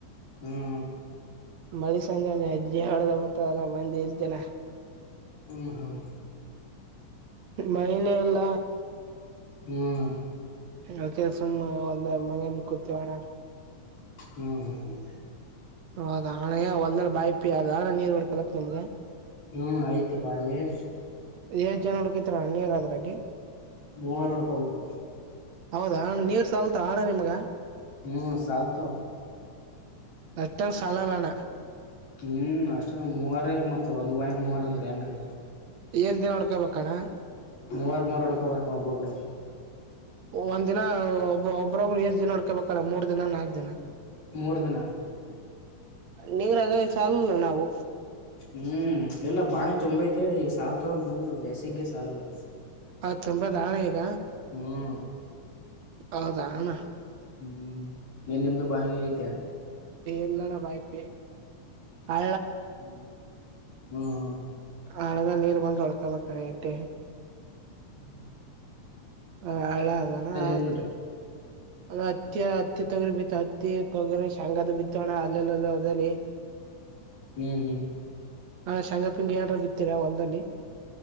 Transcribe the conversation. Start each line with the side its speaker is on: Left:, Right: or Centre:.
Left: ಹ್ಮ್
Right: ಮಳಿ ಸಂಜೆಜತ ಮಂದ ಜನ
Left: ಹ್ಮ್ ಹ್ಮ್
Right: ಮಹನ ಎಲ್ಲ
Left: ಹ್ಮ್
Right: ಅಕ ಸುಣ್ಮ ಒಲ್ದ ಮನೇಲಿ ಕೂತಿೋಣ್ಣ
Left: ಹ್ಮ್ ಹ್ಮ್ ಹ್ಮ್
Right: ಹೌದಾ ಹಣ ಹೊಲ್ದ ಬಾಯಪಿ ಅಗ ಹಣ್ಣ ನೀರ್ ಹೊಡ್ಕಲಕ್ ನಿಮ್ಗ
Left: ಹ್ಮ್ ಆಯ್ತು ಬಾಳಿಗೆ
Right: ಏಷ್ಟ್ ಜನ ಹುಡುಕತ್ರ ನೀರ್ ಅದ್ರೆ
Left: ಮೂವರ್ ಒಡ್ಕೋಬೇಕು
Right: ಹೌದಾ ಹಣ ನೀರ್ ಸಲ್ತಾ ಹಣ್ಣ ನಿಮ್ಗ
Left: ಹ್ಮ್ ಚಲ್ತ
Right: ಟಮ ಸಾಲರಣ
Left: ಹ್ಮ್ ಅಷ್ಟ ಮೂವಾರ ಮತ್ತ ಒಂದು ಬಾಯಿ ಮೂವಾರ ಅಂದ್ರೆ ಹೆಂಗ ಆತ್ತೆ
Right: ಎಏಷ್ಟ ದಿನ ನಡ್ಕೊಬೇಕಣ
Left: ಮೂವರ್ ಮೂರು ಅಡುಕ ಬರ್ ಒಬ್ಬಬ್ರು
Right: ಒಂದ ದಿನ ಒಬ್ ಒಬ್ಬ್ರೊಬ್ಬರು ಎಷ್ಟ್ ದಿನ ಹಡ್ಕೋಬೇಕಲ್ಲ ಮೂರ್ ದಿನ ನಾಕ್ ದಿನ
Left: ಮೂರು ದಿನ
Right: ನೀರಂಗ ಸ ಅಲ್ಲ ನಾವು
Left: ಹ್ಮ್ ಇಲ್ಲ ಬಾಣಿ ತೊಂಬೈತೆ ಈಗ ಸಾಲ ತಗ ಮುಂಡು ಬೇಸಿಗೆಗೆ ಸಾಲಲ್ಲ
Right: ಅ್ ತುಂಬಾ ದಾಳೆ ಈಗ
Left: ಹ್ಮ್
Right: ಹೌದಾ ಹಣ
Left: ಹ್ಮ್ ಹ್ಮ್ ನೀನ್ ನಿಮ್ದು ಬಾಯಿಗೆ ಐತೆ
Right: ಎಲ್ಲಣ ಬಾಯ್ತಿ ಹ
Left: ಹ್ಮ ಹ್ಮ್ ಹ್ಮ್
Right: ಹಳಲ್ ನೀರ್ ಬಂದ್ ಹೊೊಳ್ಕಬೇಕ ಕಣೆ ಐತೆ
Left: ಹ್ಮ್
Right: ಹ ಹಳೆ ಅದಣ ಆಯತ
Left: ಏನ್ ಮಾಡ್ರಿ
Right: ಅಲ್ಲ ಹತ್ತಿ ಹತ್ತಿ ತೊಗರಿಿ ಬಿತ್ತ ಹತ್ತಿ ತೊಗರಿಿ ಶೆಂಗದ ಬಿತ್ತ ಅಣ್ಣ ಅಲ್ಲೆಲ್ಲಲ್ಲ ಹದಲಿ
Left: ಹ್ಮ್ ಹ್ಮ್
Right: ಹಾ ಶೇಂಗಾಪಿಂಗಿ ಏನಾರ ಬಿತ್ತೀರಾ ಹೊಲ್ದಲ್ಲಿ